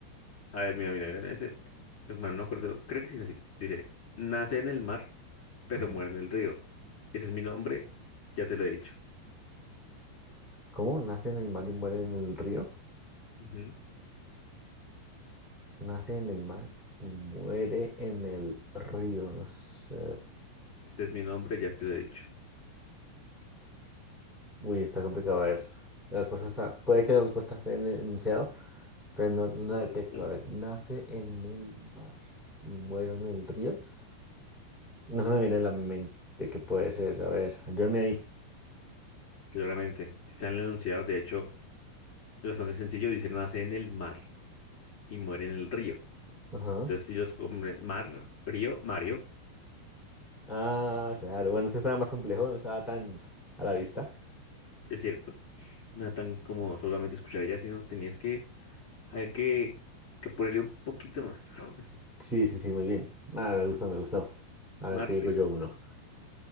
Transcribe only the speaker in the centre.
Ujú.
¿Cómo nace en el mar y muere en el río?
Nace en el mar y muere en el río. No sé.
Uy, está complicado. A ver. La respuesta está. Puede que la respuesta esté en el enunciado, pero no, no
la detecto. A ver, nace en el mar y muere en el río. No se me viene a la mente qué puede ser. A ver, ayúdame ahí.
Ajá.
Ah, claro. Bueno, este estaba más complejo, no estaba tan a la vista.
Sí, sí, sí, muy bien. Nada, me gusta, me gustó. A
ver, te digo
yo uno.